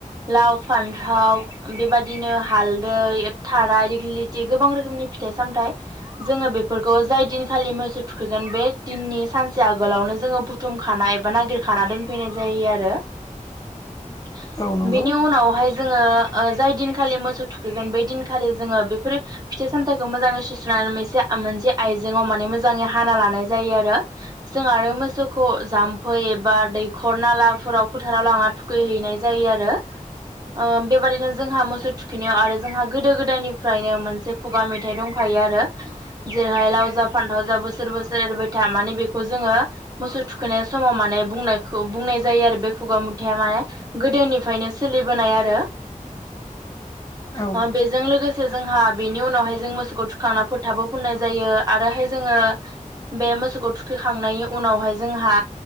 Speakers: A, on the right; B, on the left.
A: लाव, फानथाव बेबादिनो हालदै, थाराय, दिग्लिलिथि गोबां रोखोमनि फिथाइ सामथाइ जोङो बेफोरखौ जाय दिनखालि मोसौ थुखैगोन बे दिननि सानसे आगोलावनो जोंङो बुथुमखानाय एबा नागिरखाना दोनफैनाय जायो आरो <unintelligible>
B: औ नंगौ
A: बेनि उनावहाय जोंङो ओ जाय दिनखालि मोसौ थुखैगोन बै दिनखालि जोंङो बेफोर फिथाइ सामथाइखौ मोजाङै सुस्रानानै मोनसे आ मोनसे आइजेंआव माने मोजांङै हाना लानाय जायो आरो जों आरो मोसौखौ जाम्फै एबा दैखर नाला। फुराव फोथाराव लांना थुखैहैनाय जायो आरो ओ बेबादिनो जोंहा मोसौ थुखैनायाव आरो जोंहा गोदो गोदायनिफ्रायनो मोनसे खुगा मेथाइ दंखायो आरो। जेरैहाय लाव जा फानथाव जा बोसो बोसोर बोसोर एरबाय था माने बेखौ जोंङो मोसौ थुखैनाय समाव माने बुंनायखौ बुंनाय जायो आरो बे खुगा मेथाया माने गोदोनिफायनो सोलिबोनाय आरो।
B: औ
A: अ बेजों लोगोसे ज जोंहा बेनि उनावहाय जों मोसौखौ थुखांना फोथाबो फुननाय जायो आरोहाय जोंङो बे मोसौखौ थुखैखांनायनि उनावहाय जोंहा